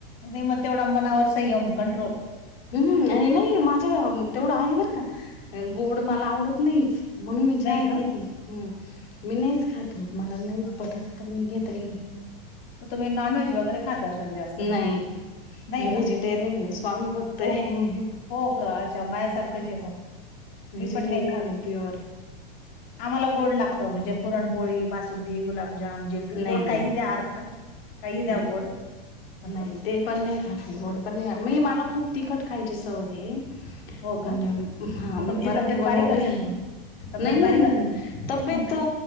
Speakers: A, on the left (about 40°); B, on the left (about 75°).
A: नाही म तेवढा मनावर संयम, कंट्रोल.
B: हम्, नाही-नाही माझा तेवढं आहे बरं का, गोड मला आवडत नाहीच. म्हणून मी चहा
A: नाही
B: ही
A: का
B: घेत नाही, ह, मी नाहीच खात. मला नाहीच
A: हं,
B: पटत
A: हं, हं.
B: तर मी घेतही नाही.
A: मग तुम्ही नॉनव्हेज वगैरे खात असाल जास्त मग?
B: नाही.
A: नाही
B: मी
A: का?
B: व्हेजिटेरियन आहे, मी स्वामी भक्त
A: हो
B: आहे.
A: का, हो का, अच्छा मायासारखं जेवा
B: व्हेजिटेरियन
A: मी पण नाही खात,
B: आहे प्युअर
A: आम्हाला गोड लागत म्हणजे पुरणपोळी, बासुंदी बासुंदी, गुलाबजाम, जेलबी,
B: नाही
A: गोड
B: नाही
A: काही द्या अर्थात, काही द्या,
B: नाही.
A: गोड असं
B: नाही, ते पण नाही खात मी गोड पण नाही खात, मी मला खूप तिखट खायची सवय आहे.
A: हो
B: म्हणजे
A: का
B: हा
A: मग
B: मी
A: तुमची
B: पराठे
A: तब्येत
B: बनवले.
A: बारीक असेल मग तब्येत
B: नाही नाही
A: बारीक असेल
B: तब्येत
A: नाही का?